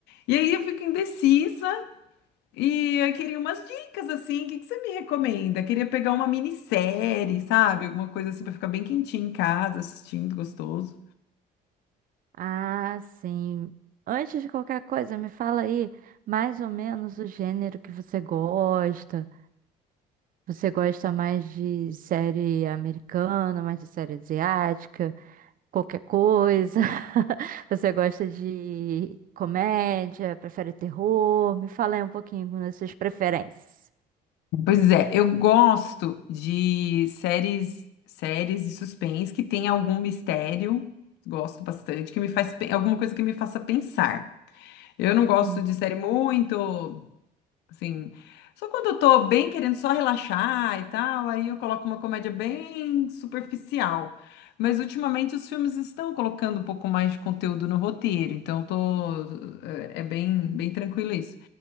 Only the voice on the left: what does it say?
E aí eu fico indecisa. E eu queria umas dicas, assim, o que que você me recomenda? Queria pegar uma minissérie, sabe? Alguma coisa assim para ficar bem quentinho em casa, assistindo, gostoso.
Pois é, eu gosto de séries, séries de suspense que tem algum mistério, gosto bastante, que me faz, pe- alguma coisa que me faça pensar. Eu não gosto
de série muito Assim, só quando eu tô bem querendo só relaxar e tal, aí eu coloco uma comédia bem superficial. Mas ultimamente os filmes estão colocando um pouco mais de conteúdo no roteiro, então eu tô é é bem bem tranquilo isso.